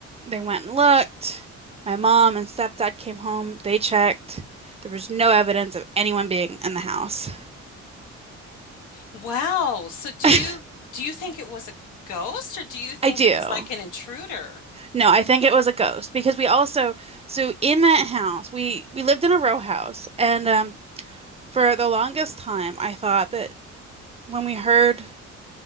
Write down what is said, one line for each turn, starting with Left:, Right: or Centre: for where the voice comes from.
Right: they went and looked. My mom and stepdad came home. They checked. There was no evidence of anyone being in the house.
Left: Wow. So
Right: <laughs>
Left: do
Right: I
Left: you do you think it was a ghost or do you think
Right: do.
Left: it was like an intruder?
Right: No, I think it was a ghost because we also so in that house we we lived in a row house and um For the longest time, I thought that when we heard